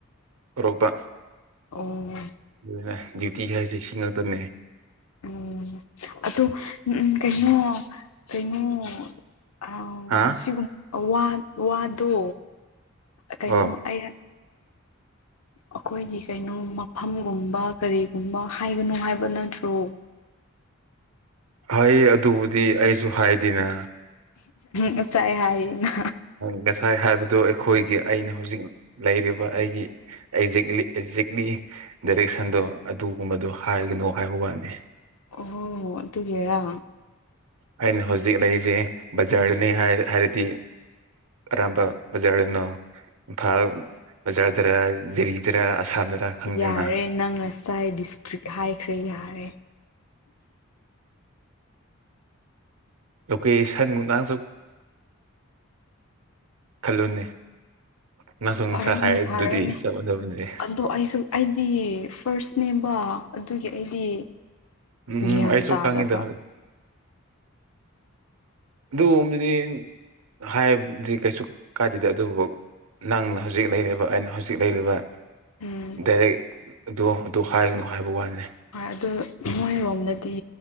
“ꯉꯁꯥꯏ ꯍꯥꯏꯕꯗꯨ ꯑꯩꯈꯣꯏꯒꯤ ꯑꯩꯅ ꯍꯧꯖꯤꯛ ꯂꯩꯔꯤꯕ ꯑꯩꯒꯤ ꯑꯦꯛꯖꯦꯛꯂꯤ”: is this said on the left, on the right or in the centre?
Right